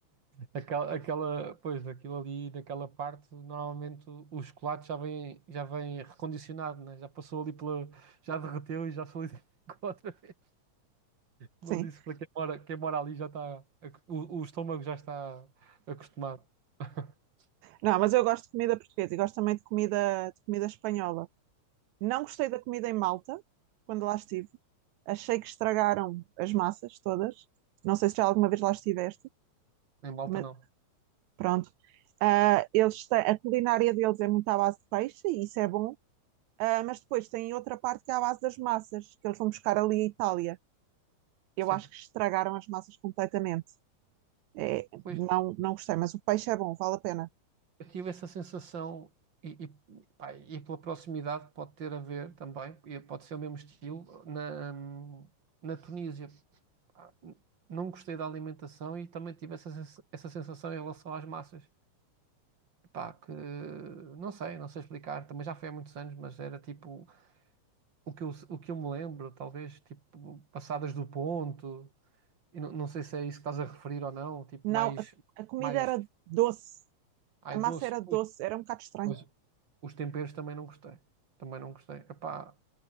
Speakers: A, on the right (about 40°); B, on the right (about 80°).
A: Aquela, aquela, pois, aquilo ali, naquela parte, normalmente o, o chocolate já vem, já vem recondicionado, né? Já passou ali pela, já derreteu e já solidificou <laughs> outra vez. Mas
B: sim.
A: isso para quem mora, quem mora ali já está, ac- o, o estômago já está acostumado. <laughs>
B: Não, mas eu gosto de comida portuguesa e gosto também de comida, de comida espanhola. Não gostei da comida em Malta, quando lá estive. Achei que estragaram as massas todas. Não sei se já alguma vez lá estiveste,
A: Em Malta
B: mas
A: não.
B: pronto. Ah, eles têm, a culinária deles é muito à base de peixe, e isso é bom. Ah, mas depois tem outra parte que é à base das massas, que eles vão buscar ali a Itália eu
A: Sim.
B: acho que estragaram as massas completamente. É,
A: Pois,
B: não, não gostei, mas o peixe é bom, vale a pena.
A: eu tive essa sensação e, e, pá, e pela proximidade pode ter a ver também, e pode ser o mesmo estilo, na, na Tunísia. ah, n- não gostei da alimentação e também tive essa, sens- essa sensação em relação às massas. Pá, que não sei, não sei explicar, também já foi há muitos anos, mas era tipo o que eu, o que eu me lembro, talvez tipo passadas do ponto, e não, não sei se é isso que estás a referir ou não, tipo
B: Não,
A: mais,
B: a, a comida
A: mais
B: era doce,
A: ai
B: a massa
A: doce,
B: era doce,
A: pois,
B: era um bocado estranho.
A: mas os temperos também não gostei, também não gostei. Epá,